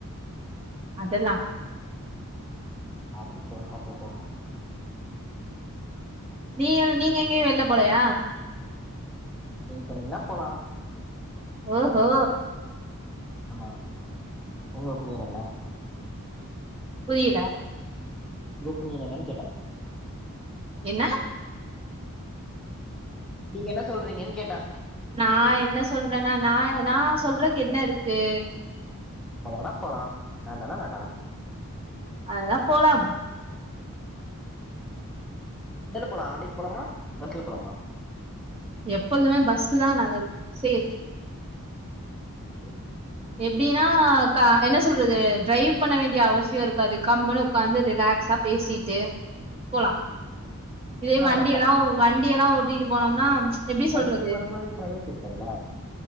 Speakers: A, on the right; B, in the centre.
A: அதெல்லா
B: பாத்து சேஃபா போயிட்டு வரனு
A: நீ நீங்க எங்கயு வெள்ல போலையா
B: நீங்க சொன்னீங்கன்னா போலா
A: ஒஹோ
B: ஆமா உங்க பேர் என்ன
A: புரியல
B: குரூப் நேம் என்னன்னு கேட்ட
A: என்ன
B: நீங்க என்ன சொல்றீங்கன்னு கேட்ட
A: நா என்ன சொல்றேன்னா நா நா சொல்றதுக்கு என்ன இருக்கு
B: போண்ணா போலா வேண்டனா வேண்டா
A: அதல்லா போலாம்
B: எதுல போலா வண்டியில போலாமா பஸ்ல போலாமா
A: எப்பொழுதுமே பஸ்சு தா நல்லது சேஃப்
B: ஏ
A: எப்படினா க என்ன சொல்றது டிரைவ் பண்ண வேண்டிய அவசிய இருக்காது கம்ன்னு உட்காந்து ரிலாக்ஸா பேசிட்டு போலா இதே
B: ஆ
A: வண்டி
B: ப
A: எல்லா வண்டிெல்லா ஓட்டிட்டு போனோம்னா எப்டி
B: பைக்ல
A: சொல்றது
B: போற மாதிரி பிரைவேட் இருக்கதுல